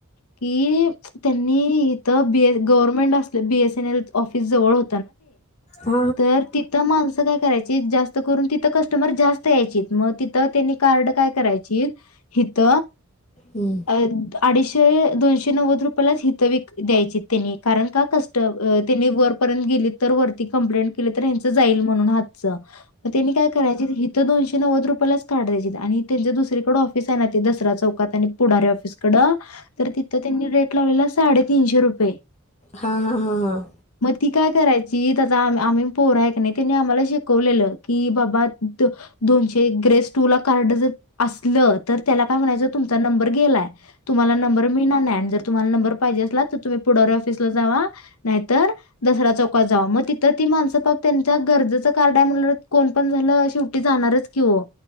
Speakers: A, on the left; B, on the left.
A: की त्यांनी इथं बी एस गव्हर्नमेंट असले B S N L office जवळ हो
B: हां हां हां हां हां हां
A: तर ती. तिथं माणसं काय करायची जास्त करून तिथं कस्टमर जास्त यायचीत मग तिथं त्यांनी कार्ड काय करायची. हित
B: हम्.
A: अडीचशे दोनशे नव्वद रुपयालाच हितं विक द्यायचे त्यांनी कारण का क त्यांनी वरपर्यंत गेली तर वरती कंप्लेंट केली तर ह्यांच जाईल म्हणून हात त्यांनी काय करायच तर दोनशे नव्वद रुपयालाच कार्ड द्यायचे आणि त्यांचे दुसरीकडे ऑफिस आहे ना ते दसरा चौकात आणि पुढारी ऑफिस कडं तिथ त्यांनी रेट लावलेला साडे तीनशे रुपये
B: हा हा हां हां.
A: मग ती काय करायची आम्ही पोर आहे की नाही त्यांने आम्हाला शिकवलेलं की बाबा दोनशे ग्रेस टू ला कार्ड जर असलं तर त्याला काय म्हणायचं तुमचा नंबर गेलाय तुम्हाला नंबर मी नाॅ जर तुम्हाला नंबर पाहिजे असला तर तुम्ही पुढारी ऑफिसला जावा नाहीतर दसरा चौकात जावा मग तिथं ती माणस पाक त्यांच्या गरजेचं कार्ड आहे म्हणून कोण पण झालं शेवटी जाणारच की ओ